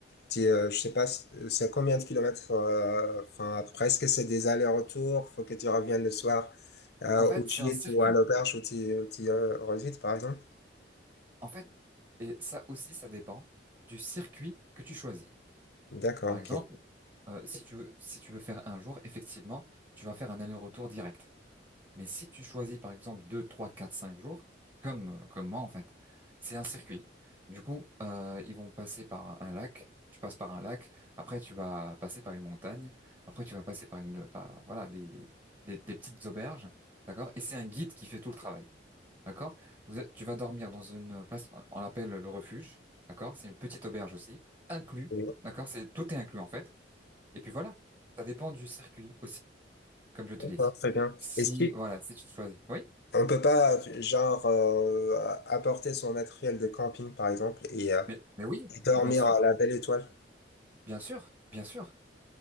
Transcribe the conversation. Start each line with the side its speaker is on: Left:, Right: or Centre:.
Left: t'es, euh, je sais pas, c'est combien de kilomètres, euh, enfin, presque c'est des allers-retours, faut que tu reviennes le soir, euh,
Right: En fait,
Left: au gîte
Right: c'est un circuit.
Left: ou à l'auberge où tu, où tu, euh, résides, par exemple?
Right: En fait, et ça aussi, ça dépend du circuit que tu choisis.
Left: D'accord,
Right: Par exemple,
Left: ok.
Right: euh, si tu veux, si tu veux faire un jour, effectivement, tu vas faire un aller-retour direct. Mais si tu choisis, par exemple, 2 3 4 5 jours, comme, euh, comme moi, en fait, c'est un circuit. Du coup, euh, ils vont passer par un lac. Tu passes par un lac. Après, tu vas passer par une montagne. Après, tu vas passer par une, par, voilà, des, des, des, des petites auberges. D'accord? Et c'est un guide qui fait tout le travail. D'accord? Vous êtes- tu vas dormir dans une place, on l'appelle le refuge. D'accord? C'est une petite auberge aussi. Inclus.
Left: Oui,
Right: D'accord? C'est, tout est inclus, en fait. Et puis voilà. Ça dépend du circuit aussi, comme je te
Left: D'accord,
Right: l'ai dit.
Left: très bien.
Right: Si,
Left: Est-ce
Right: voilà, si tu choisis. Oui?
Left: qu'on peut pas, genre, euh, apporter son matériel de camping, par exemple, et, euh,
Right: Mais, mais oui,
Left: et dormir
Right: mais bien sûr,
Left: à la belle étoile?
Right: bien sûr, bien sûr.